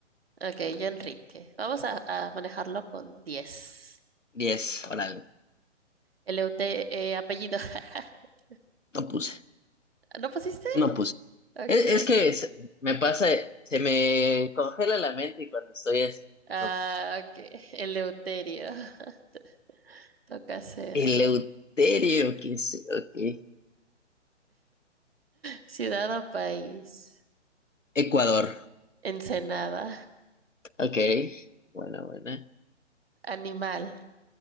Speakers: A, on the right; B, on the left.
A: Ok, yo Enrique. Vamos a, a manejarlo con 10.
B: diez Órale.
A: El eh, apellido. <laughs>
B: No puse.
A: ¿No pusiste?
B: No puse.
A: Ok.
B: Es, es que se- me pasa, se me congela la mente y cuando estoy así.
A: Ah,
B: No puse.
A: ok. Eleuterio. <laughs> Toca cero.
B: Eleuterio, que es, ok.
A: Ciudad o país.
B: Ecuador,
A: Ensenada.
B: ok. Buena, buena.
A: Animal.